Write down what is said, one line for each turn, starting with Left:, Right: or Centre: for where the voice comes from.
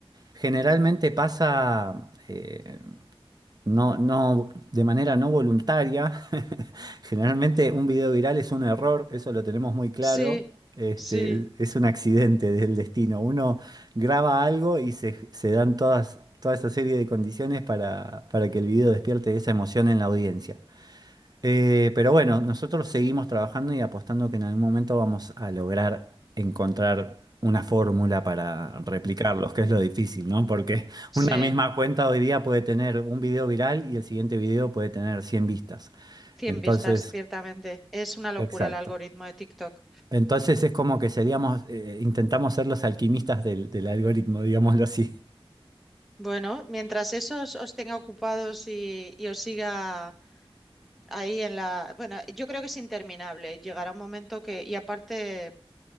Right: Generalmente pasa, eh, no, no, de manera no voluntaria. <laughs> Generalmente un video viral es un error, eso lo tenemos muy claro.
Centre: sí,
Right: Este,
Centre: sí,
Right: es un accidente del destino. Uno graba algo y se, se dan todas, toda esa serie de condiciones para, para que el video despierte esa emoción en la audiencia. Eh, pero bueno, nosotros seguimos trabajando y apostando que en algún momento vamos a lograr encontrar una fórmula para replicarlos, que es lo difícil, ¿no? Porque
Centre: sí.
Right: una misma cuenta hoy día puede tener un video viral y el siguiente video puede tener 100 vistas.
Centre: cien
Right: Entonces,
Centre: vistas, ciertamente. Es una locura
Right: exacto.
Centre: el algoritmo de TikTok.
Right: Entonces es como que seríamos, eh, intentamos ser los alquimistas del, del algoritmo, digámoslo así.
Centre: Bueno, mientras eso os, os tenga ocupados y, y os siga ahí en la... Bueno, yo creo que es interminable. Llegará un momento que... Y aparte...